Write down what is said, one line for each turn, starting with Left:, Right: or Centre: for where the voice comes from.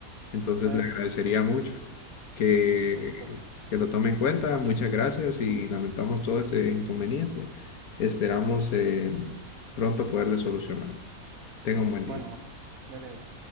Left: Entonces
Right: está
Left: le
Right: bien.
Left: agradecería mucho que,
Right: Listo, listo.
Left: que lo tome en cuenta. Muchas gracias y lamentamos todo ese inconveniente. Esperamos eh, pronto poderle solucionar. Tenga un buen
Right: Bueno,
Left: día.
Right: bueno. Dale, dale.